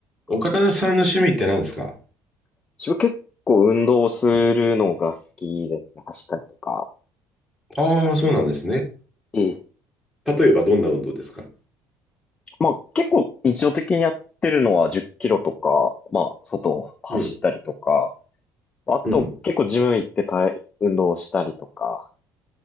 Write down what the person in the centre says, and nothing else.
岡田さんの趣味って何ですか
ああー、そうなんですね。
例えばどんな運動ですか
うん、
うん、